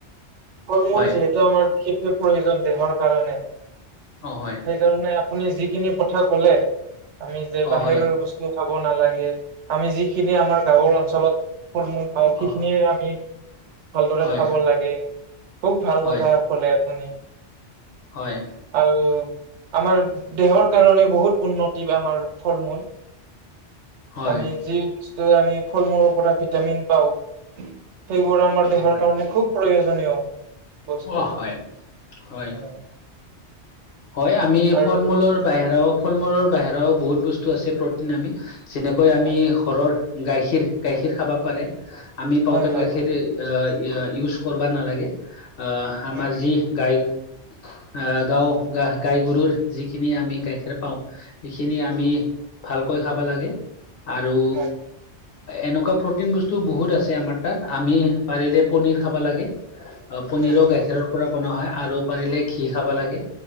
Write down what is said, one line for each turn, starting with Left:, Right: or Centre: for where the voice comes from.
Right: ফল - মূল
Left: হয়
Right: যিহেতু আমাৰ বিশেষকে প্ৰয়োজন দেহৰ কাৰণে
Left: অ হয়।
Right: সেইকাৰণে আপুনি যিখিনি কথা ক'লে, আমি যে
Left: অ
Right: বাহিৰৰ
Left: হয়
Right: বস্তু খাব নালাগে আমি যিখিনি আমাৰ গাঁৱৰ অঞ্চলত ফল- মূল পাওঁ
Left: অ
Right: সেইখিনিয়ে আমি ভালদৰে
Left: হয়
Right: খাব লাগে, খুব ভাল
Left: হয়
Right: কথা কলে আপুনি।
Left: হয়।
Right: ভাল আৰু আমাৰ দেহৰ কাৰণে বহুত উন্নতি আমাৰ ফল - মূল।
Left: হয়
Right: আমি যি বস্তু আমি ফল - মূলৰ পৰা ভিটামিন পাওঁ সেইবোৰ আমাৰ
Left: অ
Right: দেহৰ
Left: হয়
Right: কাৰণে খুব প্ৰয়োজনীয়। বস্তু
Left: অ হয়, হয়
Right: উম
Left: হয় আমি
Right: আৰু
Left: ফল - মূলৰ বাহিৰাও ফল - মূলৰ বাহিৰাও বহুত বস্তু আছে প্ৰটিন আমি যেনেকৈ
Right: হয়
Left: আমি ঘৰৰ গাখীৰ গাখীৰ খাবা পাৰে, আমি পাউদাৰ
Right: হয় হয়
Left: গাখীৰ আহ ইয়া ইউজ কৰিবা নালাগে। আহ আমাৰ
Right: হয়
Left: যি গাই আহ, গাওঁ গা-গাই গৰুৰ যিখিনি আমি গাখীৰ পাওঁ এইখিনি আমি ভালকৈ খাব লাগে আৰু
Right: হয়
Left: এনেকুৱা প্ৰটিন বস্তু বহুত আছে আমাৰ তাত আমি পাৰিলে পনীৰ খাবা লাগে। পনীৰো
Right: হয়
Left: গাখীৰৰ পৰা বনোৱা হয় আৰু পাৰিলে ঘি খাব লাগে।